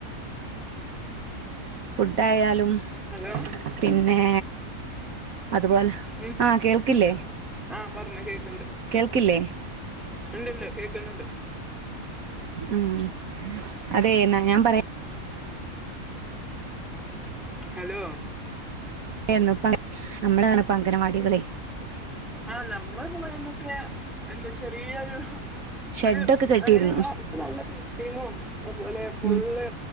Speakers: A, on the right; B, in the centre.
A: ഫുഡ്ടായാലും
B: ഹലോ
A: പിന്നെ അതുപോലെ
B: ഉം
A: ആഹ് കേൾക്ക്ല്ലേ
B: ആഹ് പർഞ്ഞോ കേക്ക്‌ണ്ട്
A: കേൾക്ക്ല്ലേ
B: ഇണ്ട്ണ്ട് കേക്ക്ന്നുണ്ട്
A: ഉം അതേ എന്നാ ഞാൻ പറയാ
B: ഉമ് ഹെലോ
A: <unintelligible> അംഗനവാടികളെ
B: ആഹ് നമ്മള് പോയന്നൊക്കെ എന്താ ചെറിയൊരു
A: ഷെഡൊക്കെ
B: ഒരു
A: കെട്ടിയിരുന്നു
B: അങ്ങനെയല്ല ഇപ്പൊ നല്ല ബിൽഡിങ്ങും അതുപോലെ ഫുള്ള്
A: ഉം